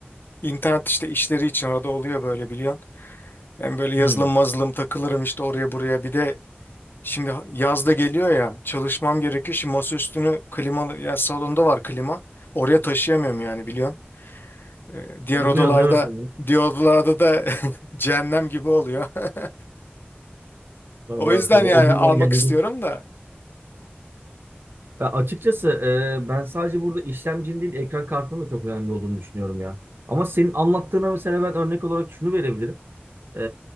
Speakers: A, on the left; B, on the right.
A: İnternet işte işleri için arada oluyor böyle biliyorsun. Ben böyle
B: Hmm.
A: yazılım mazılım takılırım işte oraya buraya. Bir de Şimdi yaz da geliyor ya çalışmam gerekiyor. Şimdi masa üstünü klimalı ya salonda var klima. Oraya taşıyamıyorum yani biliyorsun. Ee, diğer
B: Yanıyorsun
A: odalarda
B: değil mi sonra?
A: diğer odalarda da <laughs> cehennem gibi oluyor. <laughs>
B: Vallahi
A: O yüzden
B: sonra
A: yani
B: o günler
A: almak
B: geldi.
A: istiyorum da
B: Ya açıkçası e, ben sadece burada işlemcinin değil ekran kartının da çok önemli olduğunu düşünüyorum ya. Ama senin anlattığına mesela ben örnek olarak şunu verebilirim. E,